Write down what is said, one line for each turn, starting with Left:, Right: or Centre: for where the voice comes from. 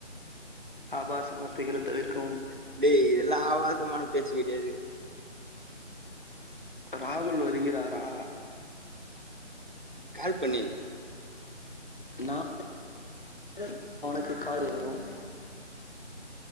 Left: ஆபாச வார்த்தைகள தவிர்க்கவும்
Right: டேய் இதெல்லாம் ஆபாசமான பேச்சு கிடையாது
Left: ராகுல் வருகிறாரா
Right: கால் பண்ணியே
Left: நா <inaudible> க்கு அவனுக்கு கால் <unintelligible>